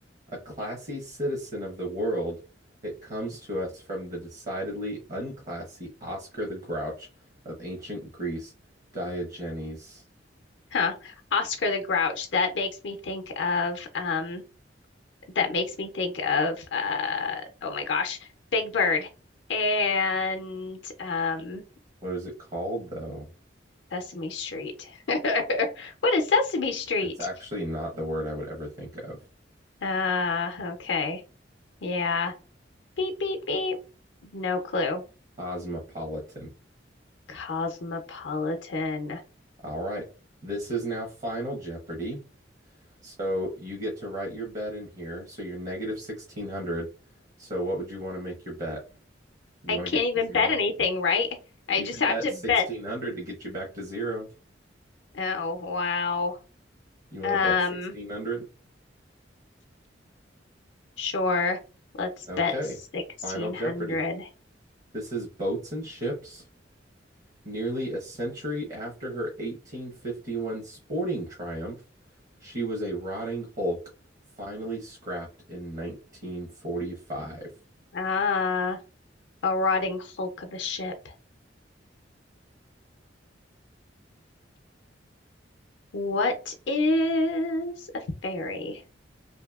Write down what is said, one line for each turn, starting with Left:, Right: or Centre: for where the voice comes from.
Right: A classy citizen of the world, it comes to us from the decidedly unclassy Oscar the Grouch of ancient Greece, Diogenes.
Left: Huh. Oscar the Grouch. That makes me think of um that makes me think of uh oh my gosh, Big Bird and um
Right: What is it called, though?
Left: Sesame Street. <laughs> What is Sesame Street?
Right: It's actually not the word I would ever think of.
Left: Uh okay. Yeah. Beep beep beep. No clue.
Right: Cosmopolitan.
Left: Cosmopolitan.
Right: All right. This is now Final Jeopardy. So you get to write your bet in here. So you're negative 1600. So what would you want to make your bet? You
Left: I
Right: want
Left: can't
Right: to get
Left: even
Right: to zero?
Left: bet anything, right? I
Right: You
Left: just
Right: could
Left: have
Right: bet
Left: to
Right: 1600
Left: bet.
Right: to get you back to zero.
Left: Oh wow.
Right: You want
Left: Um
Right: to bet 1600?
Left: sure. Let's
Right: Okay.
Left: bet 1600.
Right: Final Jeopardy. This is Boats and Ships. Nearly a century after her 1851 sporting triumph, she was a rotting hulk, finally scrapped in 1945.
Left: Ah, a rotting hulk of a ship. What is a fairy?